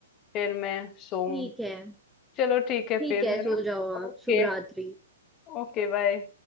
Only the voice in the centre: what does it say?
ठीक है
ठीक
है
सो
जाओ आप
शुभ रात्रि